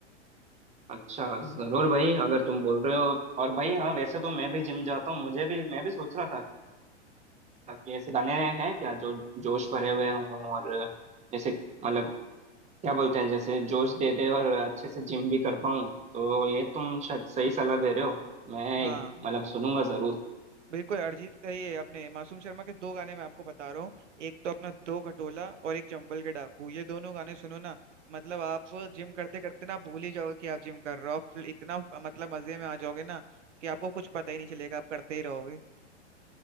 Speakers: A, on the right (about 20°); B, on the right (about 75°).
A: अच्छा जरूर भाई अगर तुम बोल रहे हो और भाई हाँ वैसे तो मैं भी जिम जाता हूँ मुझे भी मैं भी सोच रहा था कि ऐसे गाने हैं क्या जो जोश भरे हुए हों और जैसे मतलब क्या बोलते हैं जैसे जोश दे दे और अच्छे से जिम भी कर पाऊँ तो ये तुम शायद सही सलाह दे रहे हो मैं
B: हाँ
A: एक- मतलब सुनूंगा जरूर
B: बिल्कुल अरिजीत सही है अपने मासूम शर्मा के दो गाने मैं आपको बता रहा हूँ एक तो अपना दो खटोला और एक चंबल के डाकू ये दोनों गाने सुनो ना मतलब आप जिम करते करते ना भूल ही जाओगे कि आप जिम कर रहे हो आप फुल- इतना मतलब मजे में आ जाओगे ना कि आपको कुछ पता ही नहीं चलेगा आप करते ही रहोगे